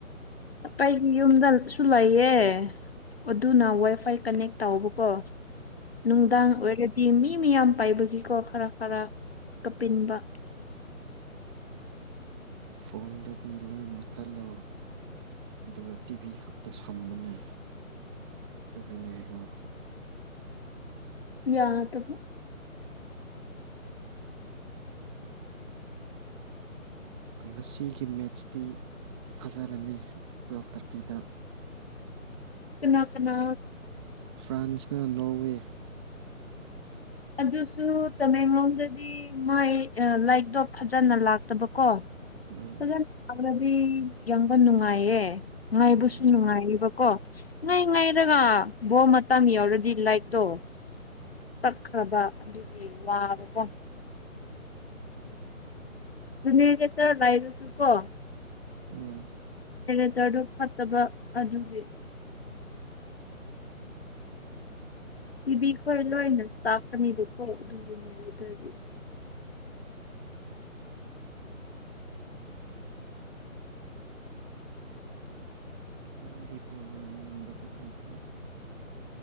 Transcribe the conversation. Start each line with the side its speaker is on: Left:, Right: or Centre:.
Left: ꯑꯄꯩꯒꯤ ꯌꯨꯝꯗꯜ ꯁꯨ ꯂꯩꯌꯦ ꯑꯗꯨꯅ ꯋꯥꯏ ꯐꯥꯏ ꯀꯅꯦꯛ ꯇꯥꯎꯕꯀꯣ ꯅꯨꯡꯗꯥꯡ
Right: ꯎꯝ
Left: ꯑꯣꯏꯔꯗꯤꯃꯤ ꯃꯤ ꯃꯤꯌꯥꯝ ꯄꯥꯏꯕꯒꯤꯀꯣ ꯈꯔ ꯈꯔ ꯀꯞꯄꯤꯟꯕ
Right: ꯐꯣꯟꯗꯗꯤ ꯂꯣꯏ ꯃꯨꯠꯊꯠꯂꯣ ꯑꯗꯨꯒ ꯇꯤꯚꯤ ꯈꯛꯇ ꯁꯝꯃꯣꯅꯦ ꯑꯗꯨꯒ ꯌꯦꯡꯉꯣ
Left: ꯌꯥ ꯇꯕ <inaudible>
Right: ꯉꯁꯤꯒꯤ ꯃꯦꯠꯁꯇꯤ ꯐꯥꯖꯔꯅꯤ ꯇꯨꯋꯦꯜꯐ ꯊꯥꯔꯇꯤꯗ
Left: ꯀꯅꯥ ꯀꯅꯥ
Right: ꯐ꯭ꯔꯥꯟꯁꯅꯀ ꯅꯣꯔꯋꯦ
Left: ꯑꯗꯨꯁꯨ ꯇꯃꯦꯡꯂꯣꯡꯗꯗꯤ ꯃꯥꯏ ꯂꯥꯏꯠꯇꯣ ꯐꯖꯅ ꯂꯥꯛꯇꯕꯀꯣ
Right: ꯎꯝ
Left: ꯐꯖꯅ ꯂꯥꯛꯂꯗꯤ ꯌꯦꯡꯕ ꯅꯨꯡꯉꯥꯏꯌꯦ ꯉꯥꯏꯕꯁꯨ
Right: ꯎꯝ
Left: ꯅꯨꯡꯉꯥꯏꯌꯦꯕ ꯀꯣ ꯉꯥꯏ ꯉꯥꯏꯔꯒ ꯕꯣꯜ ꯃꯇꯝ ꯌꯥꯎꯔꯗꯤ ꯂꯥꯏꯛꯇꯣ ꯀꯛꯈ꯭ꯔꯕ ꯑꯗꯨꯒꯤ ꯋꯥꯕꯀꯣ ꯖꯦꯅꯦꯔꯦꯇꯔ ꯂꯥꯏꯔꯨꯁꯨ ꯀꯣ
Right: ꯎꯝ
Left: ꯖꯦꯔꯦꯇꯔꯗꯨ ꯐꯠꯇꯕ ꯑꯗꯨꯒꯤ ꯇꯤꯚꯤ ꯈꯣꯏ ꯂꯣꯏꯅ ꯆꯥꯛꯀꯅꯤꯕꯀꯣ ꯑꯗꯨꯗꯨꯅꯦ ꯑꯗꯨꯗꯗꯤ
Right: <inaudible> ꯅꯪꯗꯤ ꯕꯣꯜ ꯌꯦꯡꯕꯁꯨ ꯍꯩꯇꯦ